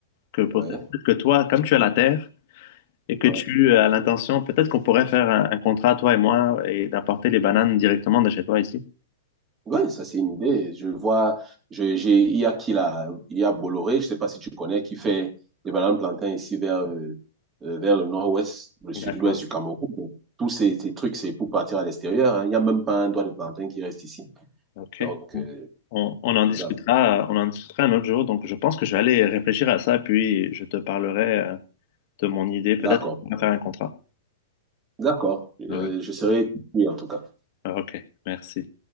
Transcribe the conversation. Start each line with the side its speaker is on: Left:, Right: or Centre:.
Left: Que pour,
Right: ouais,
Left: peut-être que toi, comme tu as la terre. et que
Right: ouais.
Left: tu as l'intention, peut-être qu'on pourrait faire un, un contrat, toi et moi, et d'apporter les bananes directement de chez toi ici.
Right: Ouais, ça c'est une idée. Je vois, je- j'ai, il y a qui là, il y a Bolloré, je sais pas si tu connais, qui fait des bananes plantains ici vers, euh, euh, vers le nord-ouest, le sud-ouest
Left: D'accord.
Right: du Cameroun. Donc, Tous ces, ces trucs, c'est pour partir à l'extérieur. hein. Il n'y a même pas un doigt de plantain qui reste ici.
Left: OK.
Right: Donc, euh,
Left: On, on en
Right: voilà.
Left: discutera, euh, on en discutera un autre jour. Donc, je pense que je vais aller réfléchir à ça, puis je te parlerai euh, de mon idée. Peut-être
Right: d'accord,
Left: qu'on va faire un contrat.
Right: d'accord. Euh,
Left: Euh,
Right: je serai oui, en tout cas.
Left: OK. Merci.